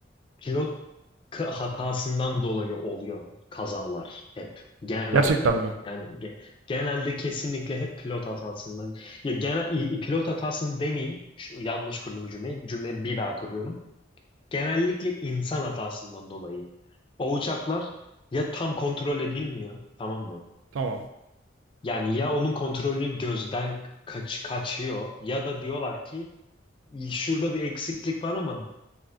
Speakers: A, on the left (about 25°); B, on the right (about 90°).
A: pilot k- hatasından dolayı oluyor kazalar hep genelde
B: Gerçekten mi?
A: yani ge- genelde kesinlikle hep pilot hatasından ya genel i- i- pilot hatasını demeyeyim Şu, yanlış kurdum cümleyi cümleyi bir daha kuruyorum genellikle insan hatasından dolayı o uçaklar ya tam kontrol edilmiyor tamam mı?
B: Tamam.
A: Yani ya onun kontrolü gözden kaç kaçıyor ya da diyorlar ki şurada bir eksiklik var ama